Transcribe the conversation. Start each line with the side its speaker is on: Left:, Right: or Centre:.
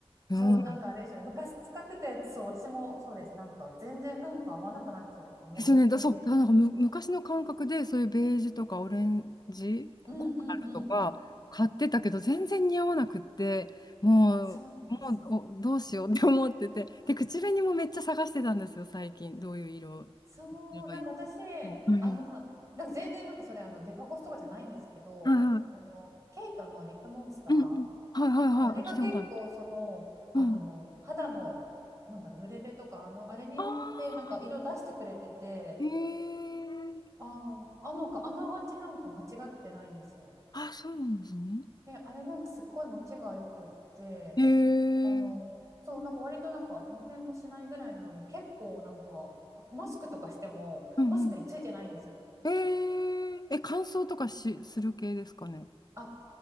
Left: うん。
Right: そう、なんかあれですよね。昔使ってて、そう、私もそうです。なんか全然なんか合わなくなっちゃったと思って。
Left: ですよね。だ、そう、だからなんかむ、昔の感覚で、そういうベージュとかオレンジ、
Right: うんうんうん。
Left: コーラルとか買ってたけど、全然似合わなくって、もう、
Right: そうなんです。
Left: もうおどうしようって思ってて、で、口紅もめっちゃ探してたんですよ、最近。どういう色をす
Right: そう、
Left: ればいいのうん。
Right: なんか私、あのな、なんか全然なんかそれあのデパコスとかじゃないんですけど、
Left: はいはい
Right: あの、ケイトのリップモンスターが、
Left: うんうんはいはいはい。
Right: あれが結構その、
Left: 聞いたことある。うん。
Right: あの、肌の、なんだろう、ブレベとか、あの、あれによってなんか色出してくれてて、
Left: ああ、へえ。
Right: あの、あのか、あながちなんか間違ってないんですよ。
Left: あ、そうなんですね。
Right: で、あれなんかすっごい持ちが良くって、
Left: へえ。へー
Right: あの、そう、なんか割となんか2 0もしないぐらいなのに、結構なんか、マスクとかしても、
Left: うんうん
Right: マスクについてないんですよ。
Left: えー、え、乾燥とかし、する系ですかね。
Right: あ、